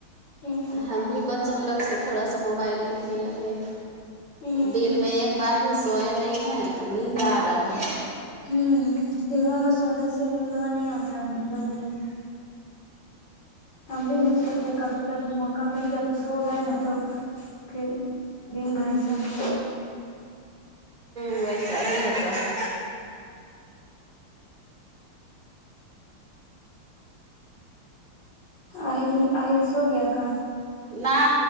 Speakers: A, on the left; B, on the right.
A: ہوں
B: ہم بھی بچوں لوگ سے تھوڑا سا موبائل دیکھنے لگے
A: ہی
B: دن میں ایک بار بھی سوئے نہیں ہیں تو نیند آ رہا ہے
A: ہوں دنوں میں سونے سے نیلوا نہیں آتا ہے ابھی جلدی ہم بھی نہیں سوتے کبھی کبھی موقع مل گیا تو سو گئے نا تو پھر دن بھر چاہے
B: تو ویسا ہی ہوتا ہے
A: آل آل سو گیا کا
B: نہ